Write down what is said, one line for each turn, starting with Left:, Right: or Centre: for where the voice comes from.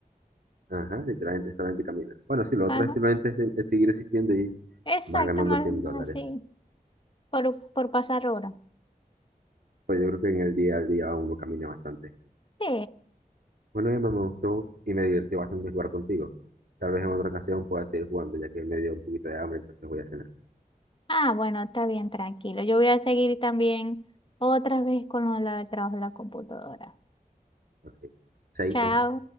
Right: Ajá, literalmente solamente camina. Bueno, sí, lo otro
Left: Ajá.
Right: es simplemente se- es seguir existiendo y
Left: Exacto,
Right: vas ganando
Left: no
Right: 100 dólares.
Left: así. Por, por pasar horas.
Right: Pues yo creo que en el día al día uno camina bastante.
Left: Sí.
Right: Bueno, Emma, me gustó y me divertí bastante jugar contigo. Tal vez en otra ocasión pueda seguir jugando, ya que me dio un poquito de hambre, entonces voy a cenar.
Left: Ah, bueno, está bien, tranquilo. Yo voy a seguir también otra vez con lo del trabajo de la computadora.
Right: Ok, chaito.
Left: Chao.